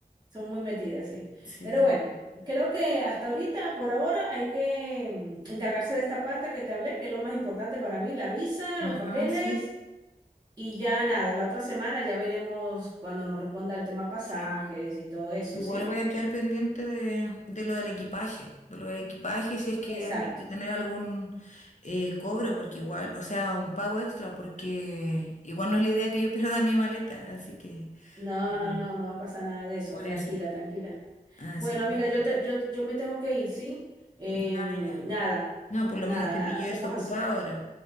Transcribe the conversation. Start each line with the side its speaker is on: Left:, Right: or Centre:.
Right: Son muy metidas, sí.
Left: Sí.
Right: Pero bueno, creo que hasta ahorita, por ahora, hay que mm, encargarse de esta parte que te hablé, que es lo más importante para mí, la visa,
Left: Ajá,
Right: los papeles
Left: sí.
Right: y ya nada, la otra semana ya veremos cuando nos responda el tema pasajes
Left: Sí.
Right: y todo eso,
Left: Igual
Right: ¿sí?
Left: voy a quedar pendiente de, de lo del equipaje. De lo del equipaje, y si es que
Right: Exacto.
Left: hay que tener algún eh, cobro, porque igual, o sea, un pago extra, porque igual no es la idea que yo <laughs> pierda mi maleta. Así que,
Right: No,
Left: eh,
Right: no, no, no va a pasar nada de eso,
Left: por
Right: tranquila,
Left: eso.
Right: tranquila.
Left: Así
Right: Bueno,
Left: que,
Right: amiga, yo, te, yo, yo me tengo que ir, ¿sí? Em,
Left: ya, ya.
Right: nada,
Left: No, por
Right: nada,
Left: lo menos te
Right: nada,
Left: pillé
Right: hacemos
Left: desocupada
Right: así.
Left: ahora.